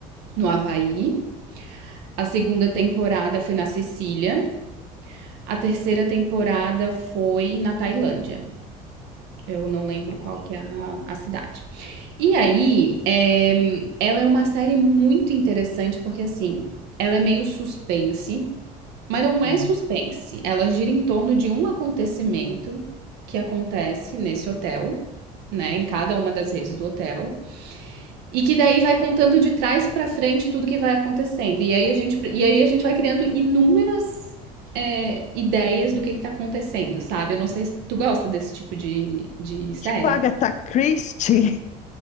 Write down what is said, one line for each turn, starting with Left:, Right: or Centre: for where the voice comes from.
Right: no Havaí, a segunda temporada foi na Sicília, a terceira temporada foi na Tailândia. Eu não lembro
Left: não,
Right: qual que é a, a cidade. E aí, é, ela é uma série muito interessante porque assim, ela é meio suspense, Mas não
Left: hum.
Right: é suspense. Ela gira em torno de um acontecimento que acontece nesse hotel, né, em cada uma das redes do hotel, e que daí vai contando de trás pra frente tudo que vai acontecendo. E aí a gente, e aí a gente vai criando inúmeras é, ideias do que que tá acontecendo, sabe? Eu não sei se tu gosta desse tipo de, de série.
Left: Tipo Agatha Christie.